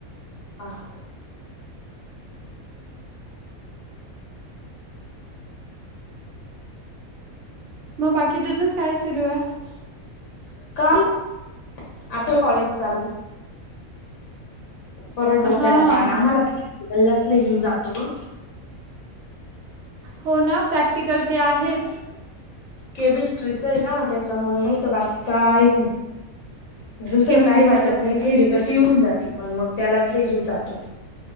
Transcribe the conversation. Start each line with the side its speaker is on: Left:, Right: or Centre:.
Left: हां
Right: मग बाकी तुझंच काय सुरू आहे?
Left: <unintelligible> कॉलेज चालू परत डोक्याला
Right: हां
Left: ताण आम्हाला. गल्लासले लय जीव जातो ग.
Right: हो ना प्रॅक्टिकल ते आहेच.
Left: केमिस्ट्रीच आहे ना त्याच्यामुळे नाही तर बाकी काही नाही. दुसरं
Right: केमिस्ट्रीला
Left: काही वाटत
Right: डोक्यात
Left: नाही
Right: जात
Left: थेरीे कशी येऊन जाते पण मग त्यालाच लय जीव जातो.